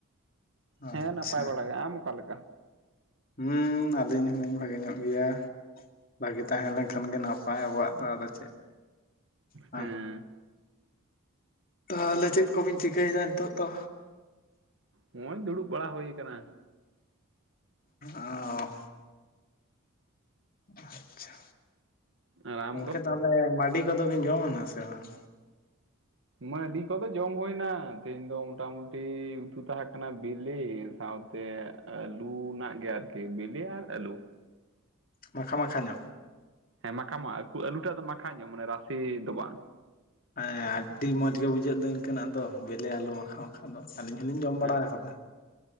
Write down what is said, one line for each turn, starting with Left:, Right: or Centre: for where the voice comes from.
Right: ᱦᱮᱸ
Left: ᱟᱪᱪᱷᱟ
Right: ᱱᱟᱯᱟᱭ ᱵᱟᱲᱟ ᱜᱮ ᱟᱢ ᱚᱠᱟ ᱞᱮᱠᱟ
Left: ᱦᱩᱸ ᱟᱹᱞᱤᱧ ᱦᱚᱸ ᱞᱤᱧ ᱵᱷᱟᱜᱮ ᱧᱚᱜ ᱜᱮᱭᱟ ᱵᱷᱟᱜᱮ ᱛᱟᱦᱮᱸ ᱞᱮᱱᱠᱷᱟᱱ ᱜᱮ ᱱᱟᱯᱟᱭ ᱟᱵᱚᱣᱟᱜ ᱫᱚ ᱟᱫᱚ ᱪᱮᱫ? ᱵᱟᱝ
Right: ᱦᱮᱸ᱾
Left: ᱛᱟᱦᱚᱞᱮ ᱪᱮᱫ ᱠᱚᱵᱤᱱ ᱪᱤᱠᱟᱹᱭᱫᱟ ᱱᱤᱛᱳᱜ ᱫᱚ?
Right: ᱱᱚᱜᱼᱚᱭ ᱫᱩᱲᱩᱵ ᱵᱟᱲᱟ ᱦᱳᱭ ᱠᱟᱱᱟ᱾
Left: ᱟᱻ ᱚ ᱟᱪᱷᱟ,
Right: ᱟᱨ ᱟᱢ
Left: ᱜᱚᱝᱠᱮ
Right: ᱫᱚ
Left: ᱛᱟᱦᱚᱞᱮ ᱢᱟᱹᱰᱤ ᱠᱚᱫᱚ ᱵᱮᱱ ᱡᱚᱢᱟᱱᱟ ᱥᱮ ᱵᱟᱝ?
Right: ᱢᱟᱹᱰᱤ ᱠᱚᱫᱚ ᱡᱚᱢ ᱦᱳᱭ ᱱᱟ ᱛᱮᱦᱮᱧ ᱫᱚ ᱢᱚᱴᱟᱢᱩᱴᱤ ᱩᱛᱩ ᱛᱟᱦᱮᱸ ᱠᱟᱱᱟ ᱵᱤᱞᱤ ᱥᱟᱶᱼᱼ ᱛᱮ ᱟᱹᱞᱩ ᱱᱟᱜ ᱜᱮ ᱟᱨᱠᱤ ᱵᱤᱞᱤ ᱟᱨ ᱟᱹᱞᱩ᱾
Left: ᱢᱟᱠᱷᱟ ᱢᱟᱠᱷᱟ ᱧᱚᱜ᱾
Right: ᱦᱮᱸ ᱢᱟᱠᱷᱟ ᱢᱟ ᱟᱹᱞᱩᱴᱟᱜ ᱫᱚ ᱢᱟᱠᱷᱟ ᱧᱚᱜ ᱢᱟᱱᱮ ᱨᱟᱥᱮ ᱫᱚ ᱵᱟᱝ᱾
Left: ᱦᱮᱸ ᱟᱹᱰᱤ ᱢᱚᱸᱡᱽ ᱜᱮ ᱵᱩᱡᱷᱟᱹᱜ ᱫᱟᱹᱧ᱾ ᱤᱠᱟᱹᱱᱟᱜ ᱫᱚ ᱵᱮᱞᱮ ᱟᱞᱚ ᱢᱟᱠᱷᱟᱣ ᱢᱟᱠᱷᱟ ᱫᱚ ᱟᱹᱞᱤᱧ ᱦᱚᱞᱤᱧ ᱡᱚᱢ ᱵᱟᱲᱟ
Right: ᱦᱮᱸ
Left: ᱟᱠᱟᱫᱟ᱾ᱦᱩᱸ